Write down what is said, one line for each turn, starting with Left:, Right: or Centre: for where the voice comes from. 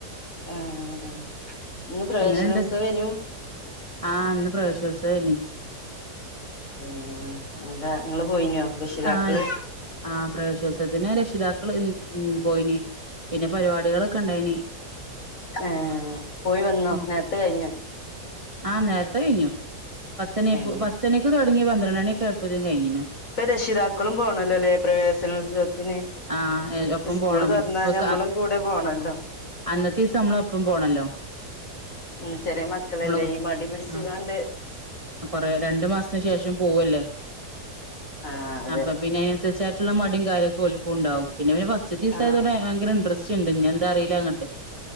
Left: ആഹ്ഇന്ന് പ്രവേശനോത്സവെയിനു
Right: എങ്ങനെണ്ട് ആഹ് ന്ന് പ്രേവേശോത്സവയ്നി
Left: ഉം ന്താ ങ്ങള് പോയിനോ രക്ഷിതാക്കള്
Right: ആഹ് ആഹ് പ്രവേശനോത്സത്തിന് രക്ഷിതാക്കൾ ഉം പോയിന് പിന്നെ പരിവാടികളൊക്കെ ണ്ടായിന്
Left: ഏഹ്പോയി വന്നോ
Right: ഉം
Left: നേരത്തെ കഴിഞ്ഞോ
Right: ആഹ് നേരത്തെ കഴിഞ്ഞു പത്തണി
Left: ഏ
Right: പത്തണിക്ക് തുടങ്ങി പന്ത്രണ്ടണിക്കെ ആയപ്പതും കഴിഞ്ഞിനു
Left: ഇപ്പ രക്ഷിതാക്കളും പോണല്ലോല്ലേ പ്രവേശനോത്സവത്തിന്
Right: ആഹ് ഒപ്പം
Left: ഇസ്കൂള്
Right: പോണം
Left: തൊറന്ന
Right: ഓക്ക്
Left: ഞമ്മളും കൂടെ പോണല്ലോ
Right: അന്നത്തീസം മ്മളപ്പം പോണല്ലോ
Left: ഉം ചെറിയ മക്കളല്ലേ
Right: നമ്മള്
Left: ഈ മടി പിടിച്ചികാണ്ട്
Right: ആഹ് കൊറെ രണ്ട് മാസത്തിന് ശേഷം പോവല്ലേ
Left: ആ അതെ
Right: അപ്പൊ പിന്നെ അതിനനുസരിച്ചായിട്ടുള്ള മടിയും കാര്യൊക്കെ ഓൽക്കുണ്ടാവും പിന്നെവന് ഫസ്റ്റ് തീസായതോണ്ടെ
Left: ആ
Right: ഭയങ്കരഇൻടറസ്റ്റ്ണ്ട് ഞി ന്താറിയില്ലങ്ങട്ട്